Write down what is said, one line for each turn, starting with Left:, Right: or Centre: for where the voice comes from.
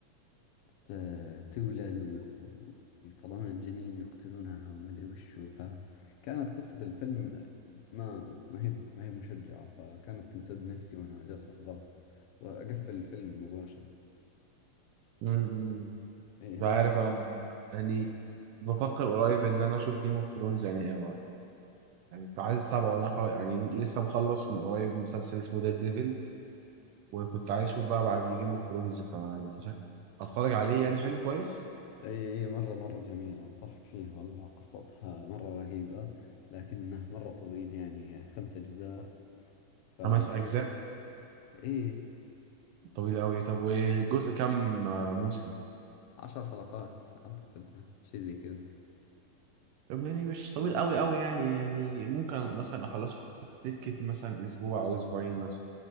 Left: ت- تولد ويق- ويطلعون الجنين ويقتلونها وما ادري وشو فكانت قصة الفيلم ما ما هي ما هي مشجعة فكانت تنسد نفسي وانا جالس احضرها واقفل الفيلم مباشر
Right: امم
Left: اي هذا
Right: مش عارف انا يعني بفكر قريب ان انا اشوف جيم اوف ثرونز يعني يعني في عايز السبعه وانا خلاص- يعني لسه مخلص من قريب مسلسل اسمه دير ديفل وكنت عايز اشوف بقى بعد جيم اوف ثرونز فانت شك... اتفرج عليه يعني حلو كويس
Left: اي مرة مرة جميل انصحك فيه والله قصتها مرة رهيبة لكنه مرة طويل يعني خمسة اجزاء فيبيلك
Right: خمس اجزاء
Left: اي
Right: طويل قوي طب والجزء كام آه، موسم
Left: عشر حلقات اعتقد شيء زي كذا
Right: طب يعني مش طويل قوي قوي يعني يعني ممكن مثلا اخلصه في سكة مثلا اسبوع او اسبوعين مثلا